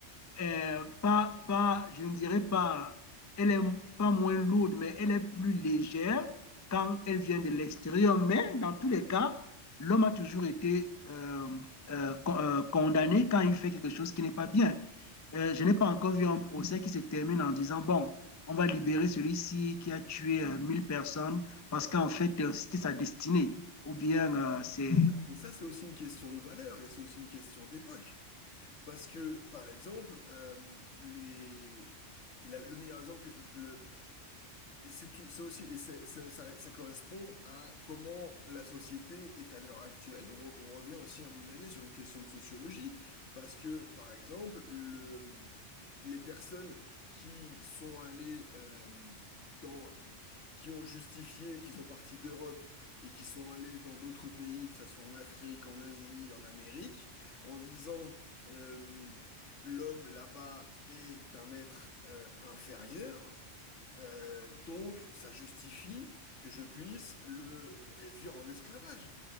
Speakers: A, on the left; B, on the left.
A: euh, pas, pas, je ne dirais pas, elle est pas moins lourde, mais elle est plus légère quand elle vient de l'extérieur. Mais dans tous les cas, l'homme a toujours été euh, euh, con- euh, condamné quand il fait quelque chose qui n'est pas bien. Euh, je n'ai pas encore vu un procès qui se termine en disant, bon, on va libérer celui-ci qui a tué euh, 1000 personnes parce qu'en fait, euh, c'était sa destinée. Ou bien, euh, c'est...
B: Et ça, c'est aussi une question de valeur et c'est aussi une question d'époque. Parce que, par exemple, euh, les... la- le meilleur exemple, que le, Et C'est tout, c'est aussi, et c'est- c'est- ça, ça correspond à comment la société est à l'heure actuelle. Donc, on, on revient aussi, à mon avis, sur une question de sociologie, parce que, par exemple, le, les personnes qui sont allées euh, dans, qui ont justifié qu'ils sont partis d'Europe et qui sont allés dans d'autres pays, que ce soit en Afrique, en Asie, en Amérique, en disant euh, l'homme là-bas est un être euh, inférieur. Euh, donc, ça justifie que je puisse le réduire en esclavage.